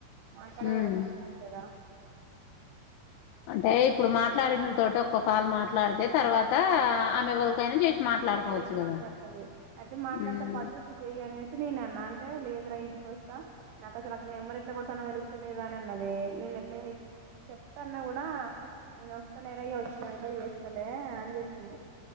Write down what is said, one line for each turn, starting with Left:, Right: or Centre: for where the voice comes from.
Right: మాట్లాడ
Left: ఉమ్
Right: <inaudible> దారా
Left: అంటే ఇప్పుడు మాట్లాడిన తోటి ఒక్క కాల్ మాట్లాడితే తర్వాత ఆమె
Right: ఆ
Left: ఎవరికైనా చేసి మాట్లాడుకోవచ్చు
Right: చేసి
Left: కదా
Right: మాట్లాడుతుంది అయితే మాట్లాడితే
Left: ఉమ్
Right: పాటు ఇప్పుడు చెయ్య అనే నేను అన్నా అంటే లేదు రా ఇంటికొస్తా నాకు అసలు అక్కడ నెంమర్ ఎట్లా కొట్టాల్నొ తెలుస్తలేదా అని అన్నదే నేను ఎట్లా చెప్తా అన్నా కూడా నేను వస్తలేరా ఇక వచ్చి దాంట్లో చేస్తలే అని చెప్పింది